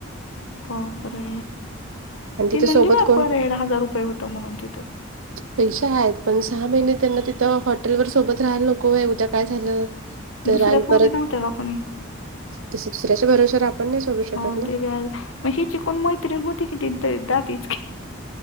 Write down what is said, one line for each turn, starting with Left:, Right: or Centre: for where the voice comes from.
Left: बापरे,
Right: आणि तिथे
Left: ती म्हणली
Right: सोबत
Left: बा,
Right: कोण
Left: पर हेड हजार रुपये होतं म्हणून तिथं
Right: पैशे हायत, पण सहा महिने त्यांना तिथं हॉटेलवर सोबत राहायला नको व्हय, उद्या काय झालं तर
Left: दुसऱ्या
Right: आणि
Left: पोरी
Right: परत,
Left: नव्हत्या का कोणी
Right: दुसऱ्याच्या भरोशावर आपण नाई सोडू शकत
Left: हो
Right: ना.
Left: ते बी हाय मग हिची कोण मैत्रीण होती की, ती दातइचकी